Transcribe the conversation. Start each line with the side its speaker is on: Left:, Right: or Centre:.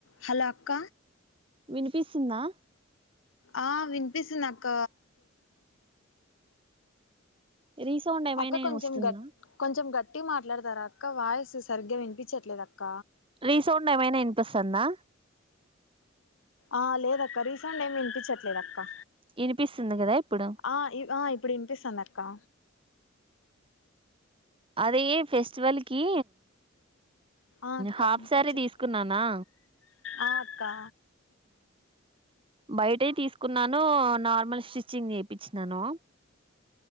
Left: హలో అక్క
Right: వినిపిస్తుందా
Left: ఆ వినిపిస్తుంది అక్క
Right: రీసౌండ్ ఏమైనా
Left: అక్క కొంచెం
Right: వస్తుందా
Left: గట్ కొంచెం గట్టి మాట్లాడతారాక్క అక్క వాయిస్ సరిగ్గా వినిపించట్లేదు అక్క
Right: రీసౌండ్ ఏమైనా వినిపిస్తుందా
Left: ఆ లేదక్క రీసౌండ్ ఏమి వినిపించట్లేదుక్క
Right: వినిపిస్తుంది కదా ఇప్పుడు
Left: ఆ ఆ ఇప్పుడు వినిపిస్తుంది అక్కా
Right: అదే ఫెస్టివల్ కి
Left: ఆ అక్క
Right: హాఫ్ సారీ
Left: చెప్
Right: తీసుకున్నానా
Left: ఆ అక్కా
Right: బయటయి తీసుకున్నాను నార్మల్ స్టిచ్చింగ్ చేయిపిచ్చినాను